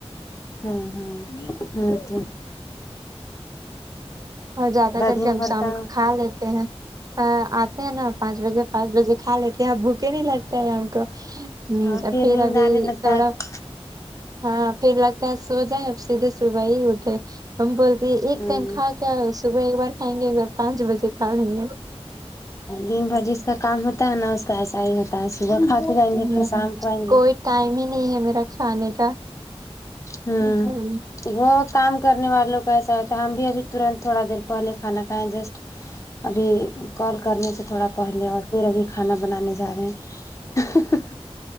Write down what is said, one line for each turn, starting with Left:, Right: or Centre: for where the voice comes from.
Left: ہاں ہاں ہمم تو
Right: اور زیادہ کر
Left: دن
Right: کیا ہم
Left: بھر
Right: شام
Left: کا
Right: کو کھا لیتے ہیں آتے ہیں نا پانچ بجے پانچ بجے کھا لیتے ہیں بھوکے ہی نہیں لگتا ہے ہم کو ہمم
Left: ہاں
Right: پھر
Left: نیند
Right: ابھی
Left: آنے لگتا
Right: تھوڑا
Left: ہے
Right: ہاں پھر لگتا ہے سو جائیں اب سیدھے صبح ہی اٹھے ہم بولتی ایک
Left: ہاں
Right: ٹائم کھا کے کیا صبح ایک بار کھائیں گے پانچ بجے کھا لیں گے
Left: دن بھر جس کا کام ہوتا ہے نا اس کا ایسا ہی ہوتا ہے صبح کھا کے جائیں گے
Right: ہمم
Left: پھر شام کو آئیں گے
Right: کوئی ٹائم ہی نہیں ہے میرا کھانے کا
Left: ہوں
Right: ہ
Left: وہ کام کرنے والوں کیسا ہوتا ہم بھی ابھی ترنت تھوڑا دیر پہلے کھانا کھائیں جسٹ ابھی کال کرنے سے تھوڑا پہلے اور پھر ابھی کھانا بنانے جا رہے ہیں